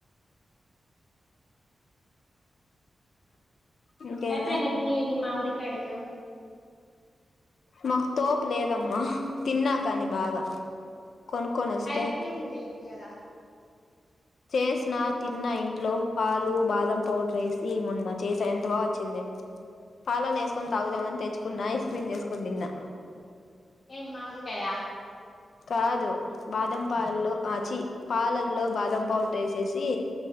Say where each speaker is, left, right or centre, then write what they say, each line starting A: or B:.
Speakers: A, on the left; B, on the left.
A: ఇంకేమే
B: అయిపోనా తినది మావిడికాయలు
A: మాకు తోపు లేదమ్మా తిన్నా కాని బాగా కొనుక్కుని వస్తే
B: ఐస్ క్రీమ్లు చేయొచ్చు కదా
A: చేసిన తిన్న ఇంట్లో పాలు బాదం పౌడర్ వేసి ఈ మొన్న చేసా ఎంత బా వచ్చింది పాలల్ వేస్కొ తాగుదామంత తెచ్చుకున్న ఐస్ క్రీమ్ చేసుకుని తిన్నా
B: ఏన్ మామిడికాయ
A: కాదు బాదం పాలలు ఆచి పాలల్లో బాదం ఏసేసి